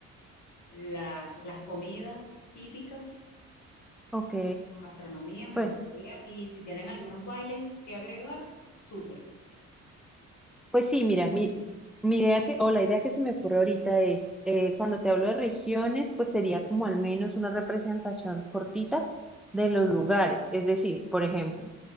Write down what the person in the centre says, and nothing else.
ok,
pues,
Pues sí, mira, mi, mi idea que, o la idea que se me ocurre ahorita es, eh, cuando te hablo de regiones, pues sería como al menos una representación cortita de los lugares. Es decir, por ejemplo,